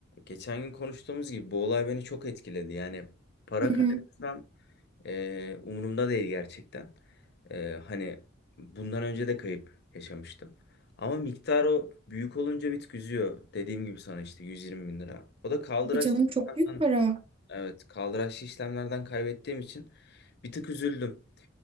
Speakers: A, on the left; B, on the right.
A: Geçen gün konuştuğumuz gibi bu olay beni çok etkiledi. Yani para
B: Hı
A: kaybetsem
B: hı.
A: e, umurumda değil gerçekten. E, hani bundan önce de kayıp yaşamıştım. Ama miktar o büyük olunca bir tık üzüyor. Dediğim gibi sana işte 120 bin lira. O da kaldıraçlı
B: Tabii canım çok
A: işlemden,
B: büyük para.
A: evet kaldıraçlı işlemlerden kaybettiğim için bir tık üzüldüm.